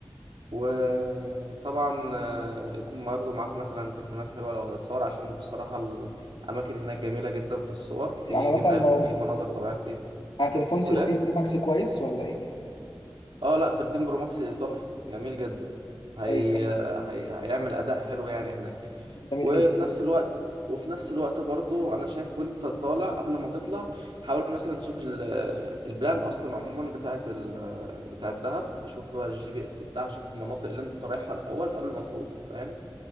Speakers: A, on the right; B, on the left.
A: وطبعا آه، يكون برضه معاك مثلا تليفونات حلوه لو هتتصور عشان بصراحه الاماكن هناك جميله جدا في الصور في
B: يعني
A: جبال
B: مثلا لو
A: وفي مناظر طبيعيه كتير
B: على تليفون
A: تقول
B: 13 برو ماكس كويس ولا ايه
A: اه لا 13 برو ماكس تحفه جميل جدا هي...
B: كويس قوي
A: هي... هيعمل اداء حلو يعني هناك
B: جميل
A: وفي
B: جدا
A: نفس الوقت وفي نفس الوقت برضو انا شايف وانت طالع قبل ما تطلع حاول مثلا تشوف ال... البلان اصلا عموما بتاعه ال... بتاعه دهب شوف بقى الجي بي اس بتاعها شوف المناطق اللي انت رايحها الاول قبل ما تروح فاهم